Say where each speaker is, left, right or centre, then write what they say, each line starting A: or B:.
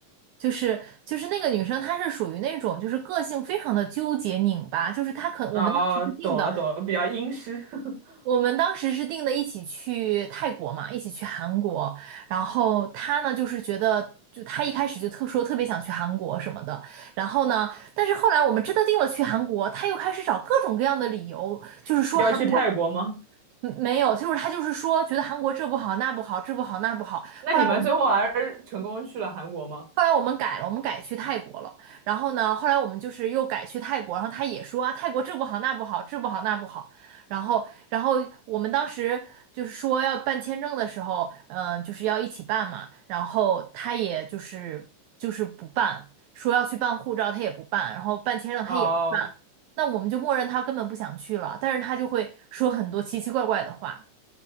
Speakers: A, on the right (about 85°); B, on the right (about 60°).
A: 就是就是那个女生，她是属于那种就是个性非常的纠结拧巴，就是她可我们当时是定的。
B: 哦，懂了懂了，比较阴湿。<laughs>
A: 我们当时是定的一起去泰国嘛，一起去韩国。然后他呢，就是觉得，就他一开始就特说特别想去韩国什么的。然后呢，但是后来我们真的定了去韩国，他又开始找各种各样的理由，就是说韩国
B: 要去泰国吗？
A: 嗯没有，就是他就是说觉得韩国这不好那不好，这不好那不好。
B: <laughs> 那你们最后还是成功去了韩国吗？
A: 后来我。们。后来我们改了，我们改去泰国了。然后呢，后来我们就是又改去泰国，然后他也说啊，泰国这不好那不好，这不好那不好。然后，然后我们当时就是说要办签证的时候，嗯、就是要一起办嘛。然后他也就是就是不办，说要去办护照，他也不办，然后办签证他也不办。
B: 哦
A: 那我们就默认他根本不想去了，但是他就会说很多奇奇怪怪的话。